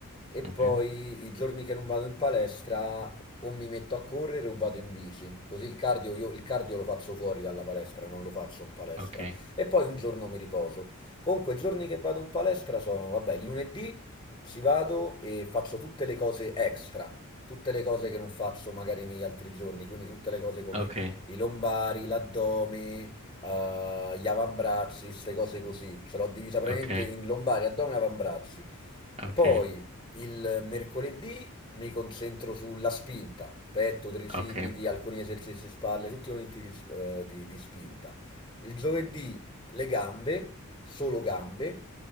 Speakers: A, on the left (about 20°); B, on the right (about 30°).
A: e poi
B: Ok,
A: i giorni che non vado in palestra o mi metto a correre o vado in bici, così il cardio, io, il cardio lo faccio fuori dalla palestra, non lo faccio in palestra
B: ok,
A: e poi un giorno mi riposo. Comunque i giorni che vado in palestra sono, vabbè, il lunedì ci vado e faccio tutte le cose extra, tutte le cose che non faccio magari negli altri giorni, quindi tutte le cose come
B: ok,
A: i lombari, l'addome, eh, gli avambrazzi, queste cose così. Ce l'ho divisa praticamente
B: ok,
A: in lombare, addome e avambrazzi.
B: ok,
A: Poi il mercoledì mi concentro sulla spinta, petto, tricipiti,
B: ok.
A: alcuni esercizi spalle, tutti i momenti di, eh, di- di spinta. Il giovedì le gambe, solo gambe,